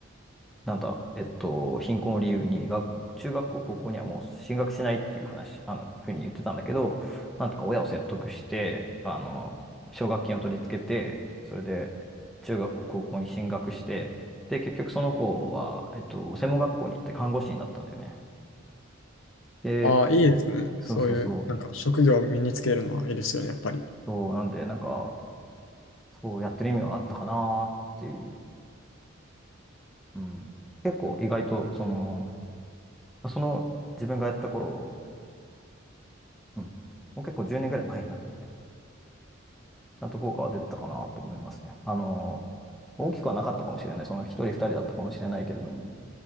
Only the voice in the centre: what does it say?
なんだ、えっと、貧困を理由に学、中学校、高校にはもう進学しないっていう話、あの、ふうに言ってたんだけど、なんとか親を説得して、あの、奨学金を取り付けて、それで中学校、高校に進学して、で、結局その子は、えっと、専門学校に行って看護師になったんだよね。で、
そうそうそう。
そう、なんで、なんか、そうやってる意味はあったかなっていう。うん。結構意外と、その、その自分がやった頃、うんもう結構10年ぐらい前になるんでねちゃんと効果は出てたかなと思いますね。あの、大きくはなかったかもしれない。その一人二人だったかもしれないけれども、